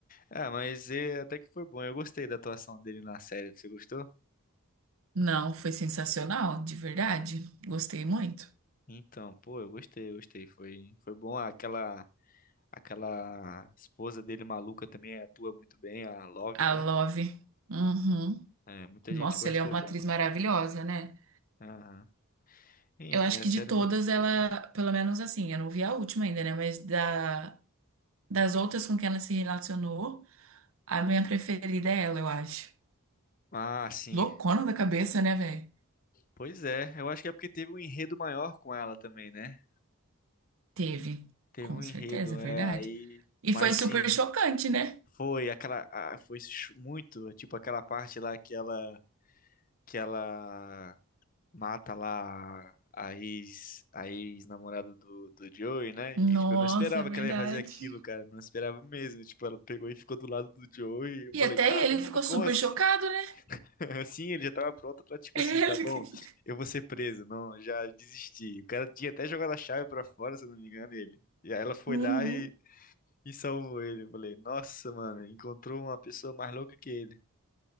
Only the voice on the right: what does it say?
Não, foi sensacional, de verdade. Gostei muito.
A
Love. Uhum.
Nossa,
ele é uma
atriz maravilhosa, né?
Eu acho
que
de todas
ela,
pelo menos assim, eu não vi a última ainda, né? Mas da, das outras com quem ela se relacionou, a minha preferida é ela, eu acho.
Loucona da cabeça, né, velho?
Teve.
Com
certeza, é
verdade.
E
foi super
chocante, né?
Nossa,
é verdade.
E
até
ele ficou
super
chocado, né?
<laughs> Ele.
Uhum.